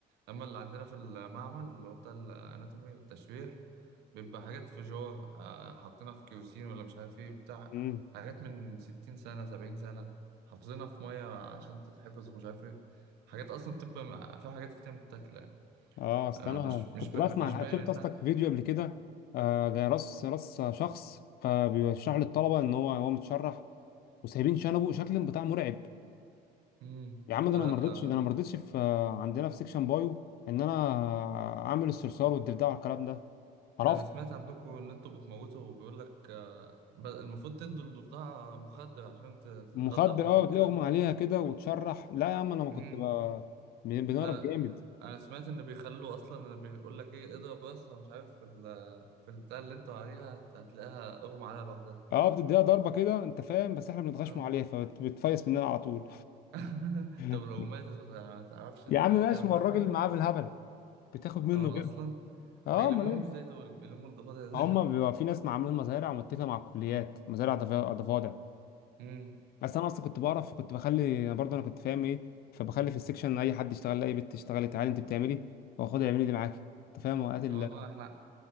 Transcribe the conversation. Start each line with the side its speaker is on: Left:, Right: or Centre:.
Right: اما اللي عندنا في المعمل اللي هو بتاع الاناتومي والتشريح بيبقى حاجات فيجور آه، حاطينها في كيروسين ولا مش عارف ايه بتاع
Left: و...
Right: حاجات من 60 سنة 70 سنة حافظينها في مية عشان تتحفظ ومش عارف ايه حاجات أصلا بتبقى مع- فيها حاجات كتير متاكلة يعني
Left: اه اصل
Right: آه،
Left: انا
Right: مش
Left: كنت
Right: مش با...
Left: بسمع
Right: مش
Left: عن
Right: باين
Left: حاجة- شفت
Right: إنها
Left: اصلك في فيديو قبل كده آه ده راس راس شخص فبيشرح للطلبه ان هو هو متشرح وسايبين شنبه شكل بتاع مرعب
Right: مم.
Left: يا عم
Right: لا
Left: ده انا ما رضيتش
Right: آه،
Left: ده انا ما رضيتش في عندنا في سيكشن بايو ان انا اعمل الصرصار والضفدع والكلام ده عرفت
Right: ده أنا سمعت عندكم إن أنتوا بتموتوا وبيقول لك آه، ب- المفروض تدوا الضفدعة مخدر عشان ت- تتخدر
Left: مخدر
Right: أو حاجة
Left: اه
Right: زي
Left: وتلاقي
Right: كده
Left: اغمى عليها كده وتشرح لا يا عم انا ما
Right: بي...
Left: كنت ب... بن- بنعرف
Right: انا
Left: جامد
Right: انا سمعت ان بيخلوا اصلا بيقول لك ايه اضرب راسها مش عارف في ال... في البتاع اللي انتوا عليها هت- هتلاقيها اغمى عليها لوحدها
Left: اه بتديها ضربه كده انت فاهم بس احنا بنتغشموا
Right: أم.
Left: عليها فبتفيس مننا على طول
Right: <laughs>
Left: <laughs>
Right: طب لو ماتت ما تعرفش ت-
Left: يا عم ماشي
Right: تعمل
Left: ما
Right: معاها
Left: هو الراجل
Right: حاجه
Left: معاه بالهبل بتاخد منه
Right: اه
Left: غير
Right: اصلا
Left: اه
Right: بيلموهم
Left: امال ايه
Right: ازاي دول بيلموا الضفادع ازاي
Left: هم
Right: <laughs>
Left: بيبقى في ناس عاملين مزارع ومتفقه مع الكليات مزارع ضفا- ضفادع
Right: امم
Left: بس انا اصلا كنت بعرف كنت بخلي انا برضه انا كنت فاهم ايه فبخلي في السكشن اي حد يشتغل اي بنت تشتغلي تعالي انت بتعملي واخدها اعملي دي معاكي انت فاهم وقت ال
Right: اه احنا